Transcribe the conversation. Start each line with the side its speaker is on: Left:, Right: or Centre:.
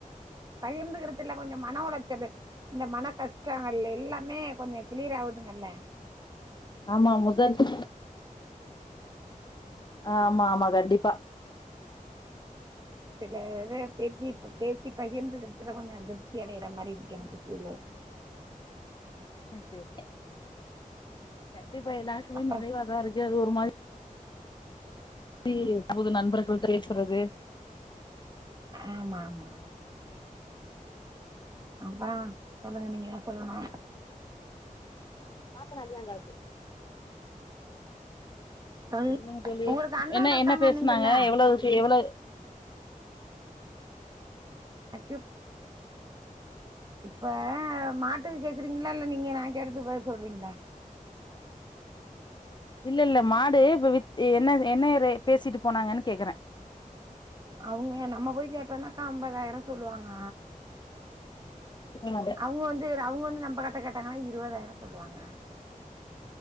Right: பகிர்ந்துக்கிறதுல கொஞ்சோ மன உளைச்சலு இந்த மனகஷ்டம் இல்ல எல்லா மே கொஞ்சோ கிளியர் ஆவுதுங்கல்ல
Left: ஆமா முதர்த் ஆமா ஆமா கண்டிப்பா
Right: சிலது பேச்சி பேசி பகிர்ந்துக்கிறதுல கொஞ்சோ திருப்தி அடையற மாரி இருக்கு எனக்கு ஃபிலு <inaudible>
Left: அ சேரி கண்டிப்பா எல்லாருக்குமே
Right: அப்புறோ
Left: நிறைவாதா இருக்கு அது ஒரு மாரி அப்டி தனது நண்பர்கள் பேசறது
Right: ஆமா ஆமா ஆமா அப்றோ சொல்லுங்க நீங்க தா சொல்லனு
Left: பாத்த நல்லாற்காது
Right: தோழி
Left: சொல்லங்க தோழி
Right: உங்களுக்கு அண்ணன்
Left: என்ன
Right: இருக்காங்கன்னீங்கல்ல
Left: என்ன பேசுனாங்க எவ்ளவு க்கு எவ்ளவு
Right: எப் இப்ப மாட்டுக்கு கேக்குறீங்களா இல்ல நீங்க நான் கேட்டத்துக்கு பதில் சொல்றீங்ளா
Left: இல்ல இல்ல மாடு இப்ப வித் என்ன என்ன ரே பேசிட்டு போனாங்கன்னு கேக்குறேன்
Right: அவுங்க நம்ம போய் கேட்டோம்னாக்கா ஐம்பதாயிரோ சொல்வாங்க
Left: எத்தன நாளு
Right: அவுங்க வந்து அவுங்க வந்து நம்ம கிட்ட கேட்டாங்னா இருவதாயிரோ சொல்லுவாங்க